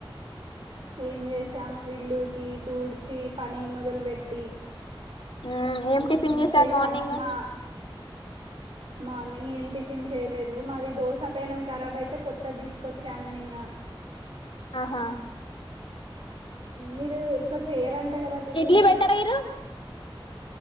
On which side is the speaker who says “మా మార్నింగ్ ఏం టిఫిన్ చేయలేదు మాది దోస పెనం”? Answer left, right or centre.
Right